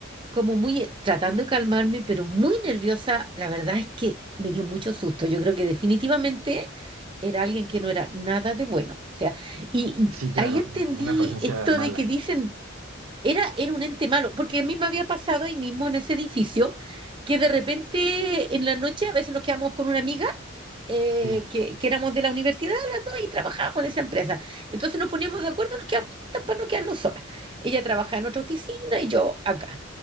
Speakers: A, on the right (about 25°); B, on the right (about 85°).
A: como muy, eh, tratando de calmarme, pero muy nerviosa. La verdad es que me dio mucho susto. Yo creo que definitivamente era alguien que no era nada de bueno. O sea, y, y
B: Sí, claro.
A: ahí entendí
B: Una presencia
A: esto
B: mala.
A: de que dicen, era, era un ente malo, porque a mí me había pasado ahí mismo en ese edificio, que de repente en la noche a veces nos quedamos con una amiga eh,
B: Sí.
A: que, que éramos de la universidad, las dos, y trabajábamos en esa empresa. Entonces nos poníamos de acuerdo, nos quedamos juntas para no quedarnos solas. Ella trabajaba en otra oficina y yo acá.